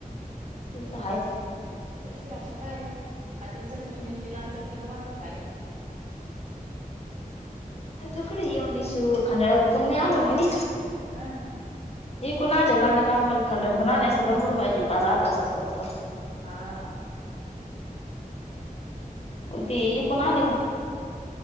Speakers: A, on the left; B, on the right.
A: ते तर आहेच
B: तेच प अक्षा कायला, खातील चटणी मिरची लाल चटणी का वाटून खायनात.
A: आणि तु इकडे ये म्हणे शिव खंडाळा पून नाही आलो म्हणे.
B: हां
A: विकून आले नाले का मला खंडातून आले असते भरपूर भाजीपाला आला असत थोडाफार.
B: हां.
A: पण ते इकून आले ना,